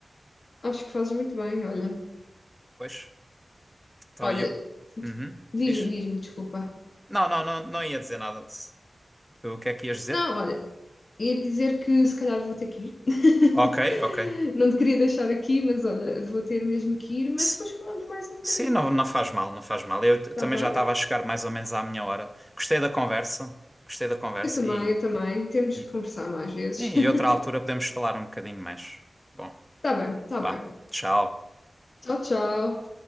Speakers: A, on the left; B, in the centre.
A: Acho que fazes muito bem, olha.
B: Pois. Então,
A: Olha,
B: e o. Uhum,
A: diz-me,
B: diz?
A: diz-me, desculpa.
B: Não, não, não, não ia dizer nada. De... O que é que ias dizer?
A: Não, olha, ia dizer que se calhar vou ter que ir.
B: Ok,
A: <laughs>
B: ok.
A: Não te queria deixar aqui, mas olha, vou ter mesmo que ir, mas
B: S-
A: depois falamos mais um bocadinho,
B: Sim, não, não faz mal, não faz mal. Eu t- também
A: está bem?
B: já estava a chegar mais ou menos à minha hora. Gostei da conversa, gostei da conversa
A: Eu também,
B: e,
A: eu também. Temos
B: e,
A: que conversar mais vezes.
B: sim,
A: <laughs>
B: e outra altura podemos falar um bocadinho mais. Bom,
A: Está bem, está bem.
B: vá, tchau.
A: Tchau, tchau.